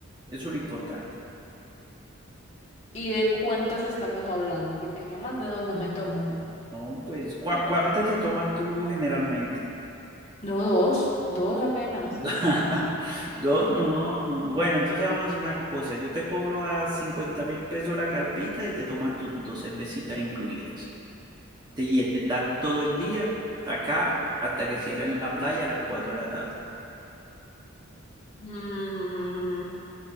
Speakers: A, on the right (about 20°); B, on the left (about 30°).
A: Eso es lo importante.
B: ¿Y de cuántas estamos hablando? Porque yo más de dos no me
A: Mm,
B: tomo.
A: No, pues, ¿cuá- ¿cuántas te tomas tú generalmente?
B: No, dos, dos apenas.
A: <laughs> Dos, no, no, no. Bueno, entonces vamos a hacer una cosa. Yo te cobro a cincuenta mil pesos la carpita y te tomas tus dos cervecitas incluidas. Te, y te estás todo el día hasta acá hasta que cierren la playa a las 4 de la tarde.
B: Mm,